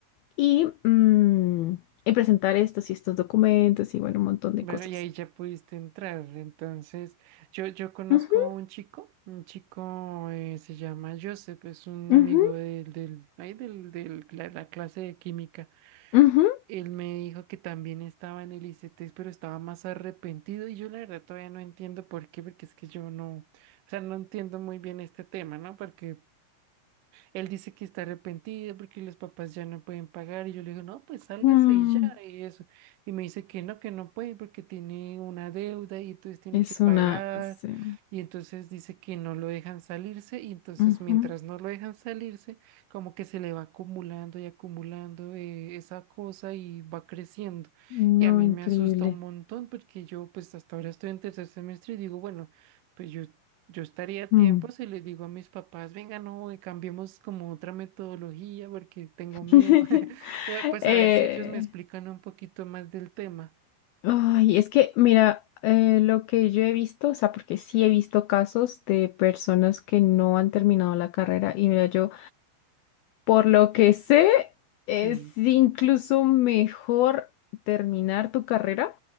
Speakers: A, on the left (about 85°); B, on the right (about 70°).
A: y, mm, y presentar estos y estos documentos y bueno, un montón
B: Bueno,
A: de cosas.
B: y ahí ya pudiste entrar. Entonces, yo, yo conozco
A: Ujú,
B: a un chico, un chico eh, se llama Joseph, es un
A: ujú,
B: amigo del, del, ay, del, del, la la clase de química.
A: ujú.
B: Él me dijo que también estaba en el ICT, pero estaba más arrepentido y yo la verdad todavía no entiendo por qué, porque es que yo no, o sea, no entiendo muy bien este tema, ¿no? Porque él dice que está arrepentido porque los papás ya no pueden pagar y yo le digo, no, pues sálgase
A: Mm,
B: y ya, y eso. Y me dice que no, que no puede porque tiene una deuda y entonces tiene
A: es
B: que pagar.
A: una... sí,
B: Y entonces dice que no lo dejan salirse y entonces
A: ujú.
B: mientras no lo dejan salirse, como que se le va acumulando y acumulando eh, esa cosa y va creciendo.
A: No,
B: Y a mí
A: increíble.
B: me asusta un montón porque yo pues hasta ahora estoy en tercer semestre y digo, bueno, pues yo yo estaría a
A: Mm.
B: tiempo si les digo a mis papás, venga, no, eh, cambiemos como otra metodología porque tengo
A: <laughs>
B: miedo. <laughs> Eh, Pues
A: Eh,
B: a ver si ellos me explican un poquito más del tema.
A: Ay, es que, mira, eh, lo que yo he visto, o sea, porque sí he visto casos de personas que no han terminado la carrera y mira, yo, por lo que sé, es
B: Sí,
A: incluso mejor terminar tu carrera